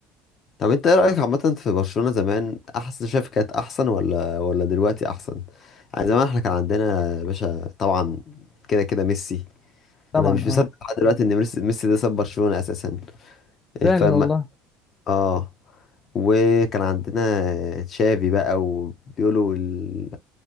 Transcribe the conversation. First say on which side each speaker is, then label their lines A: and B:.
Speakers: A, on the left; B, on the left.
A: طب انت ايه رأيك عامة في برشلونة زمان احسن شايف كانت احسن ولا ولا دلوقتي احسن يعني زمان احنا كان عندنا يا باشا طبعا كده كده ميسي
B: طبعا
A: انا مش
B: اه
A: مصدق لحد دلوقتي ان ميسي ميسي ده ساب برشلونة اساسا
B: فعلا
A: الفم
B: والله
A: اه وكان عندنا تشافي بقى وبيقولوا ال...